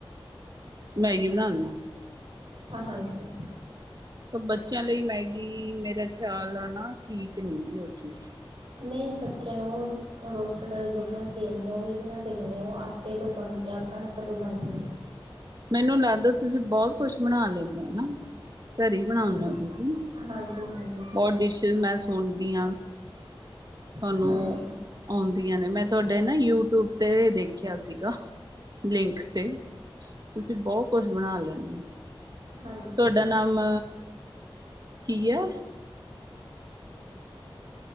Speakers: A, on the right; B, on the right.
A: ਮੈਗੀ ਬਣਾਣ ਨੂੰ,
B: ਆਹ ਹਾਂਜੀ।
A: ਬੱਚਿਆਂ ਲਈ ਮੈਗੀ ਮੇਰਾ ਖਿਆਲ ਆ ਨਾ ਠੀਕ ਨਹੀ ਹੈਗੀ ਉਹ ਚੀਜ਼।
B: ਨਈ ਬੱਚਿਆਂ ਨੂੰ ਰੋਸਟਡ ਜਿਹੜੀਆਂ ਸੇਵੀਆਂ ਉਹ ਵੀ ਬਣਾ ਕੇ ਦਿੰਦੇ ਉਹ ਆਟਾ ਆਟੇ ਤੋਂ ਬਣਦੀਆ ਕਣਕ ਤੋਂ ਬਣਦੀਆ।
A: ਮੈਨੂੰ ਲੱਗਦਾ ਤੁਸੀਂ ਬਹੁਤ ਕੁਛ ਬਣਾ ਲੈਣੇ ਓ ਹਨਾ। ਘਰ ਹੀ ਬਣਾਉਂਣੇ
B: ਹਾਂਜੀ
A: ਹੋ ਤੁਸੀਂ
B: ਹਾਂਜੀ ਹਾਂਜੀ
A: ਬਹੁਤ ਡਿਸ਼ਿਸ ਮੈਂ ਸੁਣਦੀ ਹਾਂ ਤੁਹਾਨੂੰ,
B: ਹੂੰ, ਹਾਂਜੀ,
A: ਆਉਂਦੀਆਂ ਨੇ ਮੈਂ ਤੁਹਾਡੇ ਨਾ ਯੂਟਿਊਬ ਤੇ ਦੇਖਿਆ ਸੀਗਾ ਲਿੰਕ ਤੇ, ਤੁਸੀਂ ਬਹੁਤ ਕੁਛ ਬਣਾ ਲੈਂਦੇ ਹੋ,
B: ਹਾਂਜੀ,
A: ਤੁਹਾਡਾ ਨਾਮ ਕੀ ਆ?